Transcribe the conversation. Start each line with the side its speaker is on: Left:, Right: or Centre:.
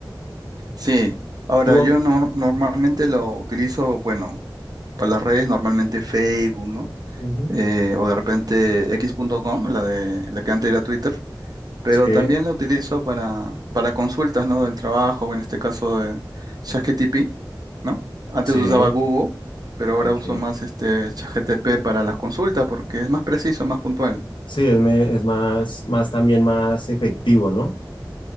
Right: Sí. Ahora,
Left: Tú,
Right: yo nor- normalmente lo utilizo, bueno. para las redes, normalmente Facebook, ¿no?
Left: Ujú.
Right: Eh, o de repente x.com, la de la que antes era Twitter, pero
Left: sí,
Right: también la utilizo para, para consultas, ¿no? Del trabajo, o en este caso de ChatGPT, ¿no? Antes
Left: sí,
Right: usaba Google, pero ahora
Left: ok.
Right: uso más este ChatGPT para las consultas porque es más preciso, más puntual.
Left: Sí, es, me- es más, más también más efectivo, ¿no?